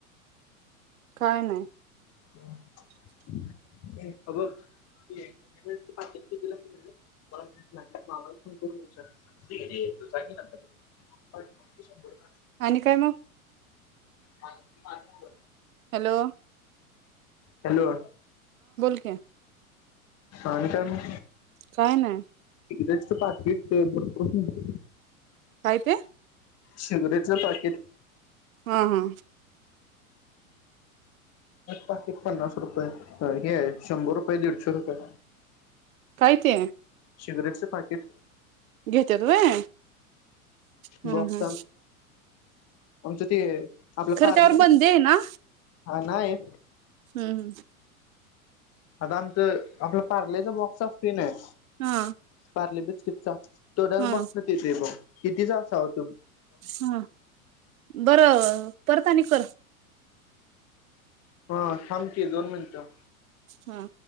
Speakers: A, on the right (about 70°); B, on the left (about 35°).
A: काय नाय?
B: <unintelligible>
A: आणि काय मग?
B: माझ <unintelligible>
A: हॅलो
B: हॅलो
A: <unintelligible>
B: आणि काय मग?
A: काय नाही.
B: सिगरेटच पाकीट ते पोरं <unintelligible>
A: काय ते?
B: सिगरेटचं पाकीट.
A: हा हा.
B: पाकीट पन्नास रुपये, हे आहे शंभर रुपये दीडशे रुपये.
A: किते हे?
B: शिगरेटचे पाकीट
A: घेतात व्हय, हा
B: बघतान
A: हा.
B: आमचं ते. आपलं
A: खरं
B: पार्ले
A: त्यावर
B: बिस्किट
A: बंदी आहे ना?
B: हा नाही.
A: हम्म.
B: आता आमच आपलं पारलेचा बॉक्सचा फिल आहे.
A: हा.
B: पार्ले बिस्किटचा. थोड्यावेळ
A: हा
B: बघतो की. किती जाच आहोत.
A: हा बरं परत आणि कर.
B: हा सांग की दोन मिनटं.
A: हा.